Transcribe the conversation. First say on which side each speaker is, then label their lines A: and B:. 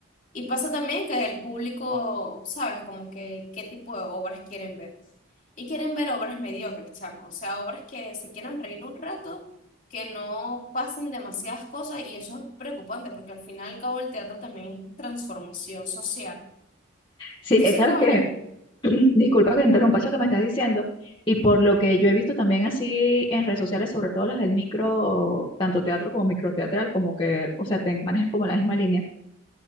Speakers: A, on the left; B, on the left.
A: Y pasa también que el público, ¿sabes? Como que qué tipo de obras quieren ver. Y quieren ver obras mediocres, chamo. O sea, obras que se quieran reír un rato, que no pasen demasiadas cosas. Y eso es preocupante, porque al final y al cabo el teatro también es transformación social.
B: Sí,
A: Entonces,
B: eh, ¿sabes
A: coño.
B: que <clears throat> Disculpa que interrumpa eso que me estás diciendo, y por lo que yo he visto también así en redes sociales, sobre todo las del micro, tanto teatro como microteatral, como que, o sea, te manejan como la misma línea,